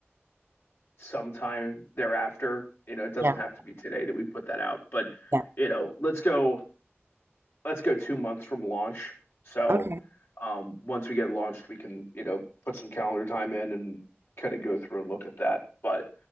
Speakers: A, on the left (about 65°); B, on the right (about 60°).
A: sometime thereafter. You know, it doesn't
B: Yeah,
A: have to be today that we put that out, but
B: yeah.
A: you know, let's go let's go two months from launch. So
B: Okay.
A: um, once we get launched, we can, you know, put some calendar time in and kind of go through and look at that. But